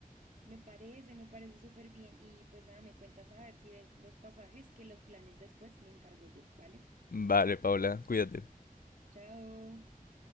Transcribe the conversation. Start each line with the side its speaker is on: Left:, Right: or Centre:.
Right: me parece, me parece súper bien y pues nada, me cuentas a ver si ves los pasajes que los planes después me encargo yo, ¿vale?
Left: Vale, Paula, cuídate.
Right: Chao.